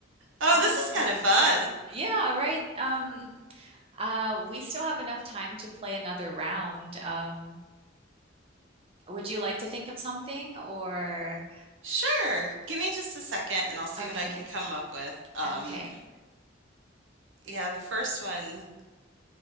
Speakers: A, on the right; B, on the right.
A: Oh,
B: Awesome.
A: this is kind of fun.
B: Yeah, right. Um, Uh, we still have enough time to play another round. Um, would you like to think of something or
A: Sure. Give me just a second and I'll see
B: okay,
A: what I can come up with. Um,
B: okay.
A: yeah, the first one